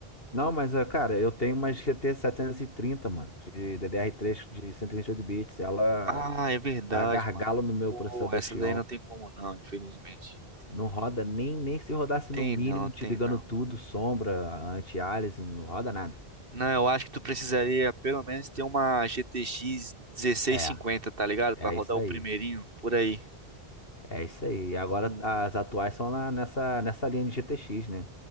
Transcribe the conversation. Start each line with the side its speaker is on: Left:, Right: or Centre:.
Left: Não, mas, eh, cara, eu tenho uma GT 730, mano. De DDR3 de 128 bits. Ela
Right: Ah, é verdade,
Left: dá gargalo
Right: mano.
Left: no meu
Right: Pô,
Left: processador
Right: essa
Left: Xeon.
Right: daí não tem como não, infelizmente.
Left: Não roda nem, nem se rodasse
Right: Tem
Left: no mínimo,
Right: não,
Left: desligando
Right: tem não.
Left: tudo, sombra, anti-aliasing, não roda nada.
Right: Não, eu acho que tu precisaria pelo menos ter uma GTX 1650,
Left: É,
Right: tá ligado?
Left: é
Right: Pra rodar
Left: isso aí.
Right: o primeirinho por aí.
Left: É isso aí. E agora
Right: Não.
Left: as atuais são na- nessa, nessa linha de GTX, né?